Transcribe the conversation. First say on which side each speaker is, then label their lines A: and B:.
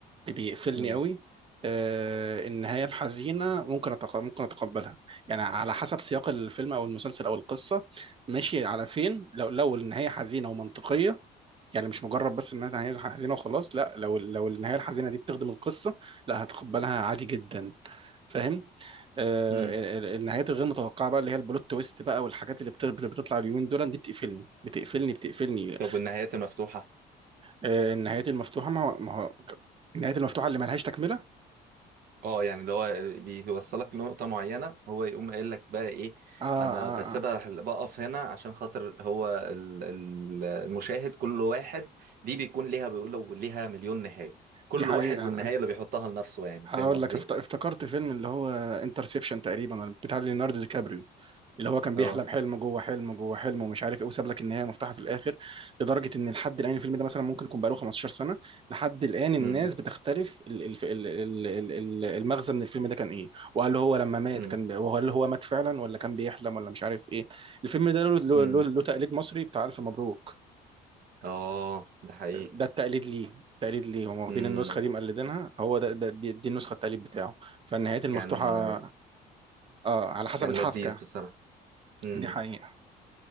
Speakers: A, on the right; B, on the right.
A: بيقفلني
B: امم
A: قوي آه، النهاية الحزينة ممكن أتق... ممكن أتقبلها يعني على حسب سياق الفيلم أو المسلسل أو القصة ماشي على فين لو لو النهاية حزينة ومنطقية يعني مش مجرد بس انها نهايه حزينه وخلاص لا لو لو النهايه الحزينه دي بتخدم القصه لا هتقبلها عادي جدا فاهم آه
B: امم
A: ال- ال- النهايات الغير متوقعه بقى اللي هي البلوت تويست بقى والحاجات اللي بت- بت- بتطلع اليومين دول دي بتقفلني بتقفلني بتقفلني
B: طب والنهايات المفتوحة
A: آه النهايات المفتوحه ما هو ما هو ك- النهايات المفتوحه اللي ملهاش تكمله
B: اه يعني اللي هو بيوصلك لنقطة معينة هو يقوم قايل لك بقى ايه
A: اه
B: انا
A: اه
B: بسيبها
A: اه
B: بقف هنا عشان خاطر هو ال- ال- المشاهد كل واحد دي بيكون ليها بيقول له ليها مليون نهاية كل
A: دي حقيقه
B: واحد والنهاية اللي بيحطها لنفسه يعني
A: هقول
B: فاهم قصدي؟
A: لك افت- افتكرت فيلم اللي هو انترسبشن تقريبا بتاع ليوناردو دي كابريو اللي هو كان
B: اه
A: بيحلم حلم جوه حلم جوه حلم ومش عارف ايه وساب لك النهايه مفتوحه في الاخر لدرجه ان لحد الان الفيلم ده مثلا ممكن يكون بقاله 15 سنه لحد الان الناس
B: امم
A: بتختلف ال- ال- ال- ال- ال- ال- المغزى من الفيلم ده كان ايه وهل هو لما مات
B: امم
A: كان بي- وهل هو مات فعلا ولا كان بيحلم ولا مش عارف ايه الفيلم ده له له-
B: امم
A: له- له تقليد مصري بتاع الف مبروك
B: اه ده حقيقي
A: ده التقليد ليه التقليد ليه هم واخدين
B: امم
A: النسخه دي مقلدينها هو ده, ده دي, دي النسخه التقليد بتاعه فالنهايات المفتوحه
B: كان
A: اه على حسب
B: كان
A: الحبكه
B: لذيذ بصراحة امم
A: دي حقيقه